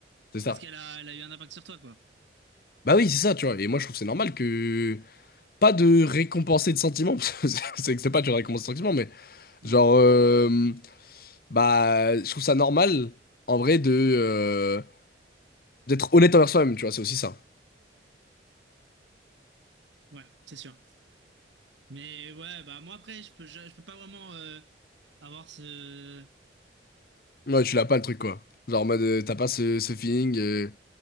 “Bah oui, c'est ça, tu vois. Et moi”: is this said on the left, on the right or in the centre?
Left